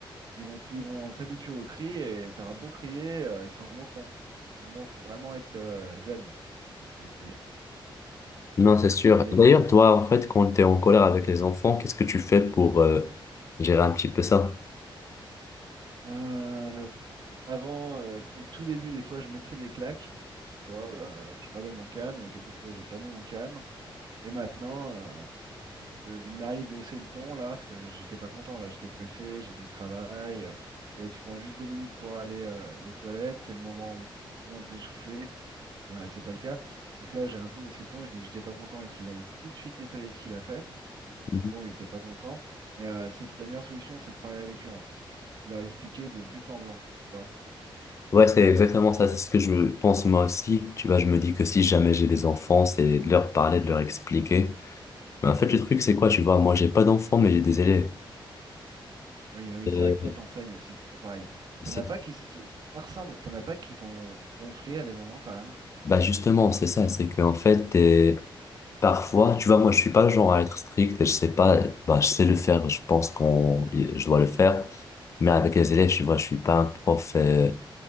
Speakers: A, on the right (about 50°); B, on the left (about 35°).
A: Ils vont ils vont s'habituer au cri et t'auras beau crier, euh, ils s'en moqueront. Donc bon, faut vraiment être euh, zen, j'ai envie de te dire.
B: Non, c'est sûr.
A: Faut y aller.
B: D'ailleurs, toi, en fait, quand tu es en colère avec les enfants, qu'est-ce que tu fais pour euh, gérer un petit peu ça?
A: Euh, avant, euh, au tout début, des fois, je mettais des claques. Tu vois, euh, je perdais mon calme. Il y a quelques fois où j'ai perdu mon calme. Et maintenant, euh, je- il m'arrive d'hausser le ton là, parce que j'étais pas content là, j'étais pressé, j'ai du travail. euh, et tu prends juste deux minutes pour aller euh, aux toilettes, c'est le moment où tu peux un peu souffler, et euh, c'est pas le cas. Donc là, j'ai un peu haussé le ton, je dis que j'étais pas content et qu'il aille tout de suite nettoyer ce qu'il a fait.
B: Mhm.
A: Et bon, il était pas content, mais euh, c'est la meilleure solution, c'est de parler avec eux en fait, de leur expliquer de but en blanc, tu vois.
B: Ouais, c'est exactement ça. C'est ce que je pense moi aussi. Tu vois, je me dis que si jamais j'ai des enfants, c'est de leur parler, de leur expliquer. Mais en fait, le truc, c'est quoi? Tu vois, moi, j'ai pas d'enfants, mais j'ai des élèves.
A: Oui, ah oui,
B: Et
A: c'est vrai que toi t'enseignes aussi, c'est pas pareil.
B: c'est-
A: T'en as pas qui se... Ça ressemble, t'en as pas qui t'ont gonflé à des moments quand même.
B: bah, justement, c'est ça. C'est qu'en fait, t'es- parfois, tu vois, moi, je suis pas le genre à être strict et je sais pas, bah, je sais le faire. Je pense qu'on, je dois le faire. Mais avec les élèves, tu vois, je suis pas un prof. euh,